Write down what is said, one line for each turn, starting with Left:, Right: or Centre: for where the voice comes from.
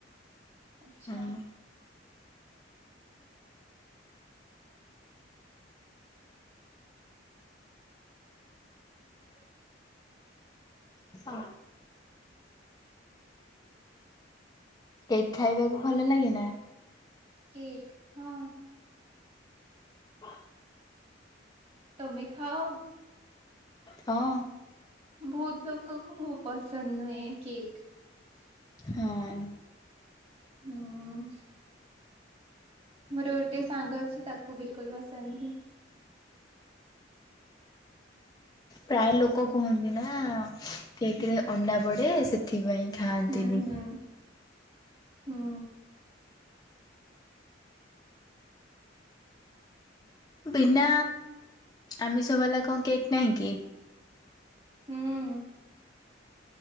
Right: ଆଛା।
Left: ହଁ।
Right: ଆ
Left: ହଁ କେକ୍ ଖାଇବାକୁ ଭଲ ଲାଗେ ନା?
Right: କେକ୍ ହଁ।
Left: ହ
Right: ତମେ ଖାଅ?
Left: ହଁ।
Right: ବହୁତ ଲୋକକୁ ବହୁତ ପସନ୍ଦ ନୁହେଁ କେକ୍।
Left: ହଁ।
Right: ହଁ। ମୋର ଗୋଟେ ସାଙ୍ଗ ଅଛି ତାକୁ ବିଲକୁଲ ପସନ୍ଦ ନୁହେଁ।
Left: ପ୍ରାୟ ଲୋକ କୁହନ୍ତି ନା କେକରେ
Right: ହୁଁ
Left: ଅଣ୍ଡା ପଡେ ସେଥିପାଇଁ। ଖାଆନ୍ତିନି।
Right: ହୁଁ ହୁଁ ହୁଁ।
Left: ବିନା ଆମିଷ ହେଲା କଣ କେକ୍ ନାହିଁ କି?
Right: ହୁଁ